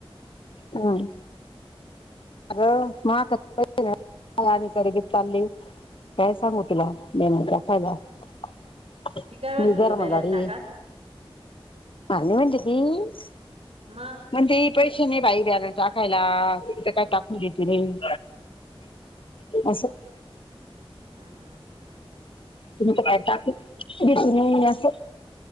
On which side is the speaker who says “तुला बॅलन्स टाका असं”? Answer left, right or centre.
Right